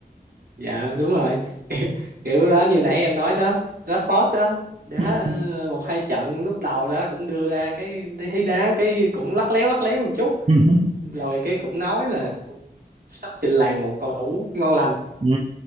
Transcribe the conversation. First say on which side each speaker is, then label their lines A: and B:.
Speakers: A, on the right; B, on the right.
A: dạ đúng rồi <laughs> kiểu, kiểu đó như nãy em nói đó Rashford đó đá
B: Ừ.
A: ờ, một hai trận lúc đầu đó cũng đưa ra cái thấy đá cái cũng lắc léo lắc léo một chút
B: <laughs>
A: rồi cái cũng nói là sắp trình làng một cầu thủ ngon lành
B: Ừ.